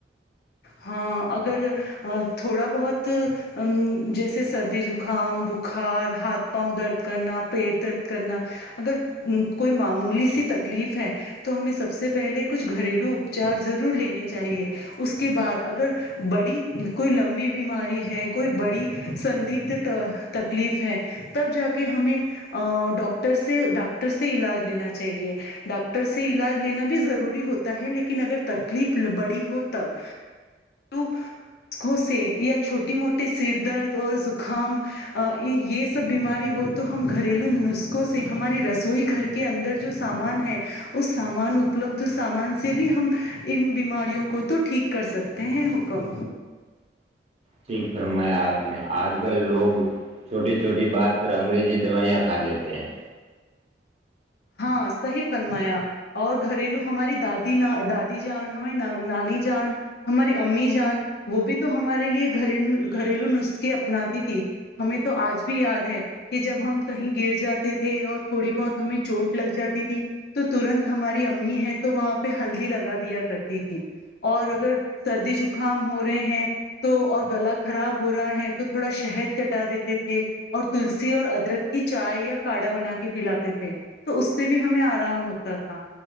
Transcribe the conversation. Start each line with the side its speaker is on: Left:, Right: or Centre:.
Left: ہاں اگر تھوڑا بہت جیسے سردی زکام بخار ہاتھ پاؤں درد کرنا پیٹ درد کرنا اگر کوئی معمولی سی تکلیف ہے تو ہمیں سب سے پہلے کچھ گھریلو اپچار ضرور لنے چاہیے اس کے بعد اگر بڑی کوئی لمبی بیماری ہے کوئی بڑی سدگھ تکلیف ہے تب جا کے ہمیں ڈاکٹر سے ڈاکٹر سے علاج لینا چاہیے ڈاکٹر سے علاج لینا بھی ضروری ہوتا ہے لیکن اگر تکلیف بڑی ہو تب جو نسخوں سے یا چھوٹی موٹے سر درد اور زکام یہ سب بیماری ہو تو ہم گھریلو نسخوں سے ہماری رسوئی گھر کے اندر جو سامان ہے اس سامان اپلبدھ سامان سے بھی ہم ان بیماریوں کو تو ٹھیک کر سکتے کہ حکم
Right: ٹھیک فرمایا آپ نے آج کل لوگ چھوٹی چھوٹی بات پر انگریزی دوائیاں کھا لیتے ہیں
Left: ہاں صحیح فرمایا اور گھریلو ہماری دادی دادی جان ہماری نانی جان ہماری امی جان وہ بھی تو ہمارے لیے گھریلو گھریلو نسخے اپناتی تھی ہمیں تو آج بھی یاد ہے کہ جب ہم کہیں گر جاتے تھے اور تھوڑی بہت ہمیں چوٹ لگ جاتی تھی تو ترنت ہماری امی ہے تو وہاں پہ ہلدی لگا دیا کرتی تھی اور اگر سردی جکام ہو رہے ہیں تو اور گلا خراب ہو رہا ہے تو تھوڑا شہد چٹا دیتے تھے اور تلسی اور ادرک کی چائے یا کاڑھا بنا کے پلاتے تھے تو اس سے بھی ہمیں آرام ہوتا تھا